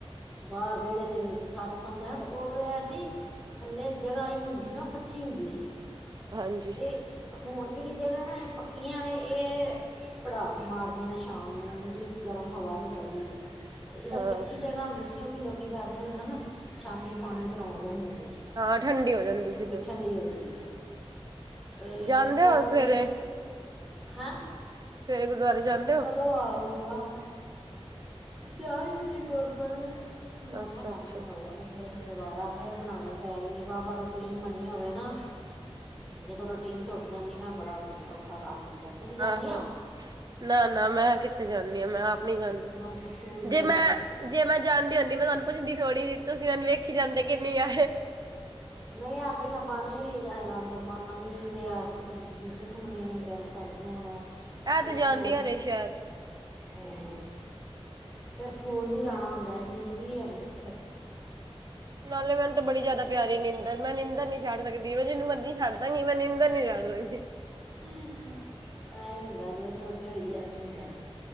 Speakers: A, in the centre; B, on the right (about 40°).
A: ਬਾਹਰ ਵਿਹੜੇ ਦੇ ਵਿੱਚ ਸਾਰੇ ਸੌਂਦੇ ਹਨ, ਤੇ ਉਦੋਂ ਇਹ ਸੀ ਥੱਲੇ ਜਗਾ ਜਿਹੜੀ ਹੁੰਦੀ ਸੀ ਨਾ, ਉਹ ਕੱਚੀ ਹੁੰਦੀ ਸੀ
B: ਹਾਂਜੀ
A: ਤੇ ਹੁਣ ਜਿਹੜੀ ਜਗਾ ਨਾ ਇਹ ਪੱਕੀਆਂ ਨੇ ਇਹ ਪੜਾਸ ਮਾਰਦੀਆਂ ਨੇ ਸ਼ਾਮ ਨੂੰ ਇੰਨੀ ਗਰਮ ਹਵਾ ਨਿਕਲਦੀ ਐ, ਤੇ ਜਿਹੜਾ
B: ਹਾਂ
A: ਕੱਚੀ ਜਗਾ ਹੁੰਦੀ ਸੀ ਉਹ ਕਿ ਲੋਕ ਕੀ ਕਰਦੇ ਹੈ ਨਾ, ਸ਼ਾਮੀ ਪਾਣੀ ਤਰੋਂਕ ਦਿੰਦੇ ਹੁੰਦੇ ਸੀ।
B: ਹਾਂ ਠੰਡੀ ਹੋ ਜਾਂਦੀ ਸੀ ਫਿਰ
A: ਵੀ ਠੰਢੀ ਹੋਜੇਗੀ। ਤੇ
B: ਜਾਂਦੇ
A: ਉਹ
B: ਹੋ ਸਵੇਰੇ
A: ਬੜੀ, ਹੈਂ
B: ਸਵੇਰੇ ਗੁਰਦੁਆਰੇ ਜਾਂਦੇ ਹੋ
A: ਕਦੋਂ ਆ ਰਹੀ ਆ- ਜਾ ਹੀ ਨਹੀਂ ਗੁਰਦੁਆਰੇ, ਮਨ
B: ਅੱਛਾ
A: ਹਰਾਮੀ
B: ਅੱਛਾ
A: ਹੋ ਗਿਆ ਵੇ ਫੇਰ ਦੁਬਾਰਾ ਫੇਰ ਮਨਾਉਣੇ ਪੈ ਗਏ ਵਾਵਾ ਰੂਟੀਨ ਬਣੀ ਹੋਵੇ ਨਾ, ਜਦੋਂ ਰੂਟੀਨ ਟੁੱਟ ਜਾਂਦੀ ਨਾ ਬੜਾ ਔਖਾ ਕੰਮ ਹੁੰਦਾ। ਤੁਸੀਂ ਜਾਂਦੀਆਂ
B: ਆਹੋ,
A: ਹੋ?
B: ਨਾ- ਨਾ ਮੈਂ ਕਿਥੇ ਜਾਂਦੀ ਆ ਮੈਂ ਆਪ ਨੀ ਜਾਂਦੀ।
A: ਹਾਂ ਤੇ ਸਕੂਲ ਚਲੇ
B: ਜੇ ਮੈਂ
A: ਜਾਦੇ।
B: ਜੇ ਮੈਂ ਜਾਣਦੀ ਹੁੰਦੀ ਮੈਂ ਤੁਹਾਨੂੰ ਪੁੱਛਦੀ ਥੋੜੀ ਜਿ ਤੁਸੀਂ ਮੈਨੂੰ ਵੇਖੀ ਜਾਂਦੇ ਕਿਨੀ ਆ
A: ਨਹੀਂ ਆ ਪਹਿਲਾਂ ਬਾਣੀ ਜਾ ਬਾਣੀ ਆ ਦੂਜੀ ਸੁਖਮਨੀ ਗ ਹਰਗੂਨ
B: ਇਹ
A: ਸਿੱਫਤੀ
B: ਤੇ ਜਾਂਦੀਆਂ
A: ਅਜ
B: ਨੇ ਸ਼ਾਇਦ।
A: ਹੂੰ ਫੇਰ ਸਕੂਲ ਵੀ ਜਾਣਾ ਹੁਦਾੰ, ਨੀਦ ਵੀ ਆਦੀੰ ਫੇਰ।
B: ਨਾਲੇ ਮੈਨੂ ਤਾਂ ਬੜੀ ਜ਼ਿਆਦਾ ਪਿਆਰੀ ਨੀਦੰਰ ਮੈਂ ਨੀਦੰਰ ਨੀ ਛੱ ਸਕਦੀ ਮੈ ਜਿਨੂ ਮਰਜੀ ਛੱਡਾਂਗੀ ਮੈਂ ਨੀਂਦਰ ਨੀ ਛਡ <unintelligible>
A: ਨੀਂਦ ਆ ਰਹੀ ਐਵੇਂ ਹੁੰਦਾ, ਦਿਨ ਛੋਟੇ ਹੋਏ ਐਵੇਂ ਹੁੰਦਾ।